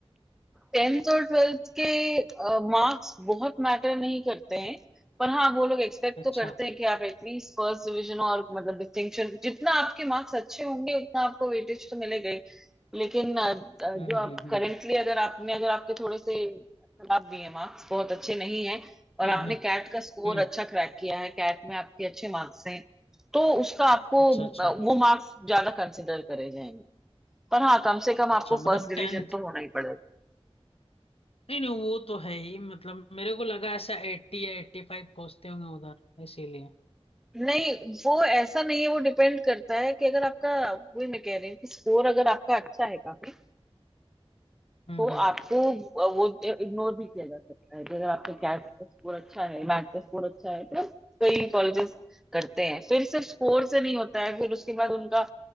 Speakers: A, in the centre; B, on the left.
A: टेंथ और ट्वेल्थ के मार्क्स बहुत मैटर नहीं करते हैं पर हाँ वो लोग एक्सपेक्ट
B: अच्छा
A: तो करते हैं कि आप एटलीस्ट फर्स्ट डिवीजन और मतलब डिस्टिंक्शन जितना आपके मार्क्स अच्छे होंगे उतना आपको वेटेज तो मिलेगा ही लेकिन अ, अ,
B: हम्म
A: जो आप
B: हम्म हम्म
A: करेंटली अगर आपने अगर आपके थोड़े से खराब भी है मार्क्स बहुत अच्छे नहीं है और
B: हम्म
A: आपने
B: हम्म
A: कैट का स्कोर
B: हम्म,
A: अच्छा क्रैक किया है कैट में आपके अच्छे मार्क्स हैं तो उसका आपको
B: अच्छा अच्छा
A: अ, वो मार्क्स ज्यादा कंसिडर करे जाएंगे पर हाँ कम से कम आपको
B: अच्छा मतलब
A: फर्स्ट डिवीजन
B: 10
A: तो होना ही पड़ेगा
B: नहीं नहीं वो तो है ही मतलब मेरे को लगा ऐसा 80 या 85 खोजते होंगे उधर इसीलिए
A: नहीं वो ऐसा नहीं है वो डिपेंड करता है कि अगर आपका वही मैं कह रही हूँ कि स्कोर अगर आपका अच्छा है काफी
B: हम्म
A: तो
B: हम्म
A: आपको वो इग्नोर भी किया जा सकता है कि अगर आपका कैट का स्कोर अच्छा है मैथ का स्कोर अच्छा है तो कई कॉलेजेस करते हैं फिर सिर्फ स्कोर से नहीं होता है फिर उसके बाद उनका